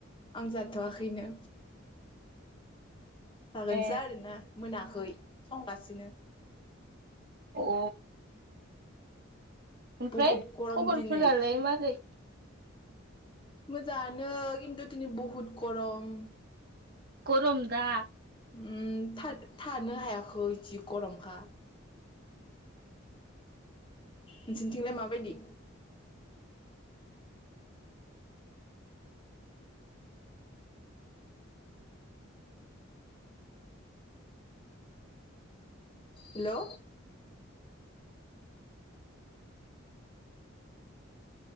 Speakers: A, on the left; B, on the right.
A: आं जाथ'वाखैनो। जागोनसै
B: ए
A: आरोना मोना खै संगासिनो।
B: अ ओमफ्राय
A: बहुद गरम
B: खबरफोरालाय
A: दिनै
B: मारै?
A: मोजाङानो खिन्थु दिनै बहुत गरम।
B: गरम दा
A: ओ थाद थानो हायाखै जि गरमखा। नोंसिनिथिंलाय माबायदि? Hello